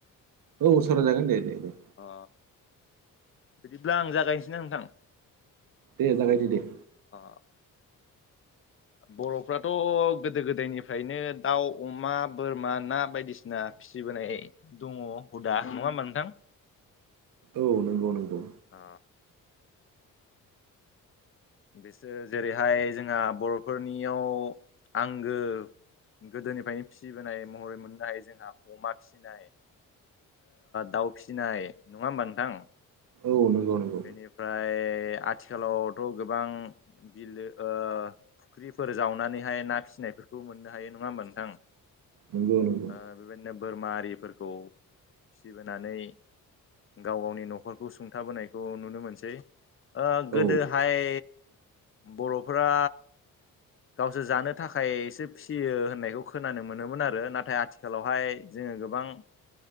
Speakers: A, on the right (about 75°); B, on the left (about 40°).
A: औ सावराय जागोन दे दे दे
B: अ बिदिब्ला आं जागायनोसै ना नोंथां
A: दे जागायदो दे
B: अ बर'फ्राथ' गोदो गोदायनिफ्रायनो दाउ अमा बोरमा ना बायदिसिना फिसिबोनाय दङ हुदा नङा होमबा नोंथां
A: औ नंगौ नंगौ
B: अ बिसोर जेरैहाय जोंहा बर'फोरनियाव आंगो गोदोनिफ्रायनो फिसिबोनाय महरै मोननो हायो जोंहा अमा फिसिनाय दाउ फिसिनाय नङा होमबा नोंथां
A: औ नंगौ नंगौ
B: बेनिफ्राय आथिखालावथ' गोबां बिलो फुख्रिफोर जावनानैहाय ना फिसिनायफोरखौ मोननो हायो नङा होमबा नोंथां
A: नंगौ नंगौ
B: ओ बेबायदिनो बोरमा आरिफोरखौ फिसिबोनानै गाव गावनि न'खरखौ सुंथाबोनाय नुनो मोनसै गोदोहाय
A: औ
B: बर'फोरा गावसोर जानो थाखायससे फिसियो होननायखौ खोनानो मोनोमोन आरो नाथाय आथिखालावहाय जोङो गोबां <inaudible>